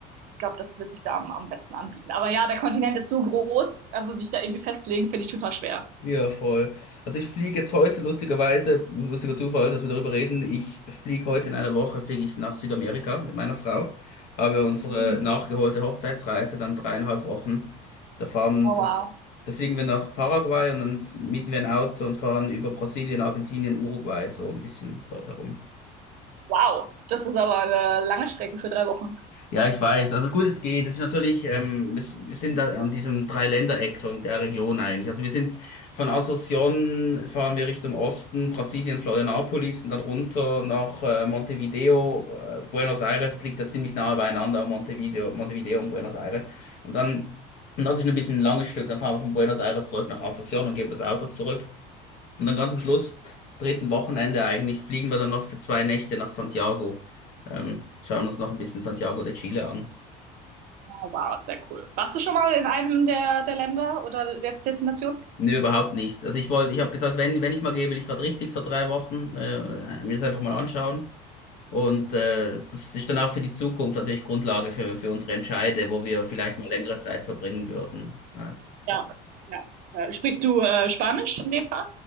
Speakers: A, on the right (about 55°); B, on the left (about 55°).
A: ich glaube, das wird sich da am, am besten anbieten. Aber ja, der Kontinent ist so groß, also sich da irgendwie festlegen, finde ich total schwer.
B: Ja, voll. Also ich fliege jetzt heute, lustigerweise, lustiger Zufall, dass wir darüber reden. Ich fliege heute in einer Woche, fliege ich nach Südamerika mit meiner Frau. Habe unsere
A: Mhm.
B: nachgeholte Hochzeitsreise, dann dreieinhalb Wochen. Da fahren,
A: Oh,
B: da,
A: wow.
B: da fliegen wir nach Paraguay und dann mieten wir ein Auto und fahren über Brasilien, Argentinien, Uruguay, so ein bisschen dort herum.
A: Wow, das ist aber eine lange Strecke für drei Wochen.
B: Ja, ich weiß. Also gut, es geht. Es ist natürlich, ähm, wir, wir sind da an diesem Dreiländereck, so in der Region eigentlich. Also wir sind von Asunción fahren wir Richtung Osten, Brasilien, Florianópolis und dann runter nach äh, Montevideo, äh, Buenos Aires. Das liegt ja ziemlich nahe beieinander, Montevideo, Montevideo und Buenos Aires. Und dann, und das ist ein bisschen ein langes Stück, dann fahren wir von Buenos Aires zurück nach Asunción und geben das Auto zurück. Und dann ganz am Schluss, dritten Wochenende eigentlich, fliegen wir dann noch für zwei Nächte nach Santiago. Ähm, schauen uns noch ein bisschen Santiago de Chile an.
A: Wow, sehr cool. Warst du schon mal in einem der, der Länder oder jetzt Destinationen?
B: Nö, überhaupt nicht. Also ich wollte, ich habe gesagt, wenn, wenn ich mal gehe, will ich gerade richtig so drei Wochen äh, mir das einfach mal anschauen. Und äh, das ist dann auch für die Zukunft natürlich Grundlage für, für unsere Entscheide, wo wir vielleicht mal längere Zeit verbringen würden. Äh, also,
A: Ja, ja. Äh, Sprichst du äh, Spanisch in dem Fall?